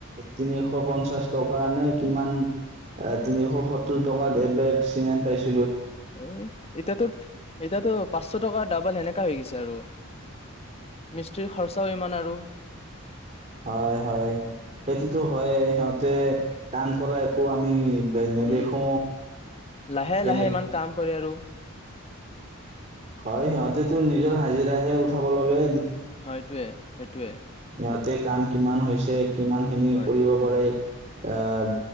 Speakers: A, on the right; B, on the left.
A: তিনিশ পঞ্চাশ টকা নে কিমান তিনিশ সত্তৰ টকাত এবেগ চিমেণ্ট পাইছো
B: এ এতিয়াতো এতিাতো পাঁচশ টকাৰ ডাবল সেনেকা হৈ গৈছে মিস্ত্ৰীৰ খৰচাও ইমান আৰু
A: হয়, সেইটোতো হয় সিহঁতে কাম কৰা একো আমি নেদেখো।
B: উম লাহে
A: কেনে
B: লাহে ইমান কাম কৰে আৰু
A: হয় সিহঁতেতো নিজৰ হাজিৰা হে উঠাব লগাগে
B: হয়টোৱে সেইটোৱে
A: তাতে কাম কিমান হৈছে কিমান খিনি
B: হয়
A: কৰিব পাৰে আহ